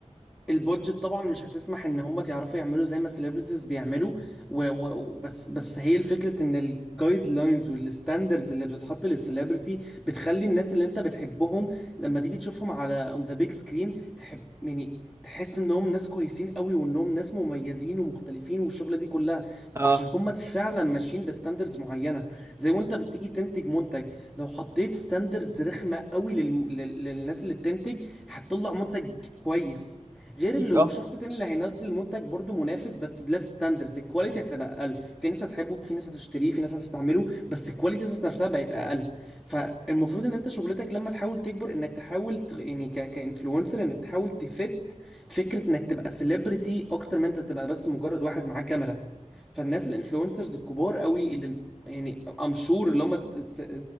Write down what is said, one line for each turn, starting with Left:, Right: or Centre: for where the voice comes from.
Centre: البودجت طبعا مش هتسمح ان هم تعرفوا يعملوا زي ما السليبرتيز بيعملوا و... و... و- بس بس هي الفكره ان الجايد لاينز والستاندردز اللي بتتحط للسليبرتي بتخلي الناس اللي انت بتحبهم لما تيجي تشوفهم على اون ذا بيج سكرين تحب يعني تحس انهم ناس كويسين قوي وانهم ناس مميزين ومختلفين والشغله دي كلها
Right: اه
Centre: عشان هم فعلا ماشيين بستاندردز معينه زي وانت بتيجي تنتج منتج لو حطيت ستاندردز رخمه قوي لل... لل... للناس اللي بتنتج هتطلع منتج كويس غير
Right: اكيد
Centre: اللي والشخص
Right: اه
Centre: التاني اللي هينزل منتج برضو منافس بس بلس ستاندردز الكواليتي هتبقى اقل في ناس هتحبه في ناس هتشتريه في ناس هتستعمله بس الكواليتي ذات نفسها بقت اقل فالمفروض ان انت شغلتك لما تحاول تكبر انك تحاول ت... يعني ك... كانفلونسر انك تحاول تفت فكرة انك تبقى سيلبرتي اكتر من انت تبقى بس مجرد واحد معاه كاميرا فالناس الانفلونسرز الكبار قوي اللي يعني ام شور اللي هم ت- ت-